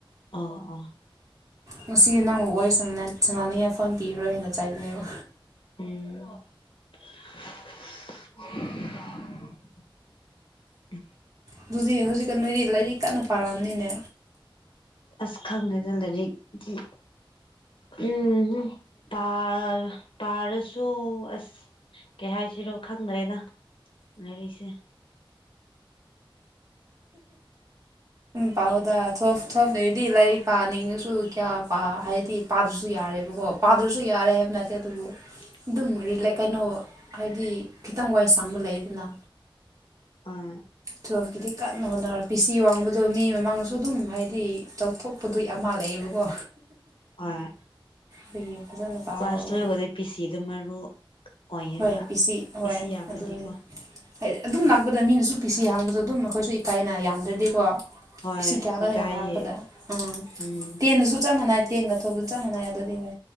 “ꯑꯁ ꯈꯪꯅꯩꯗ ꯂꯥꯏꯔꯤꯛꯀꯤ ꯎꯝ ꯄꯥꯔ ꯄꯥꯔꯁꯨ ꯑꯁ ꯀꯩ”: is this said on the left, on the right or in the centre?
Left